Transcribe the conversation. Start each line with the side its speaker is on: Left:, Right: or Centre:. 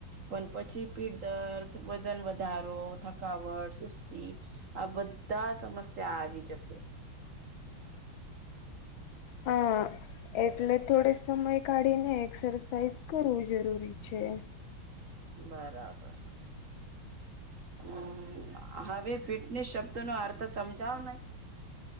Right: પણ પછી પીઠદર્દ વજન વધારો થકાવટ સુસ્તી આ બધા સમસ્યા આવી જશે. <inaudible>
Left: હા એટલે થોડીક સમય કાઢીને એક્સરસાઇઝ કરવું જરૂરી છે.
Right: બરાબર. હમ હવે ફિટનેસ શબ્દનો અર્થ સમજાવને.